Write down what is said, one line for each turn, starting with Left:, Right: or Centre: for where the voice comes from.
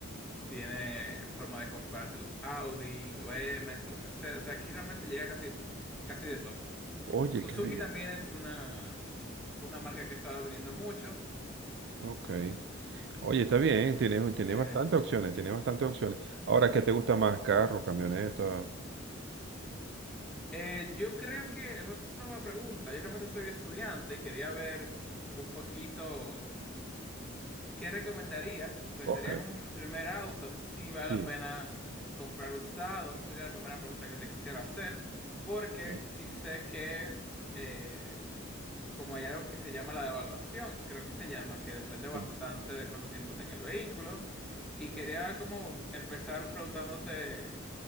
Centre: tiene forma de comprarse los Audi, los BMW, los Mercedes. O sea, aquí realmente llega casi, casi de todo.
Right: Oye,
Centre: Suzuki
Right: qué bien.
Centre: también es una, una marca que ha estado viniendo mucho.
Right: Ok. Oye, está bien, tiene, tiene
Centre: Eh,
Right: bastantes opciones, tiene bastantes opciones. Ahora, ¿qué te gusta más? Carro, camioneta.
Centre: eh, yo creo que, bueno, esa es una buena pregunta. Yo realmente soy estudiante y quería ver un poquito qué recomendarías. Pues
Right: Ok,
Centre: sería como mi primer auto. No sé si vale
Right: sí.
Centre: la pena comprar usado. Esa sería la primera pregunta que te quisiera hacer. Porque
Right: ok,
Centre: sí sé que... eh, como hay algo que se llama la devaluación, creo que se llama, que depende bastante
Right: Sí,
Centre: de cuánto tiempo tenga el vehículo. Y quería como empezar preguntándote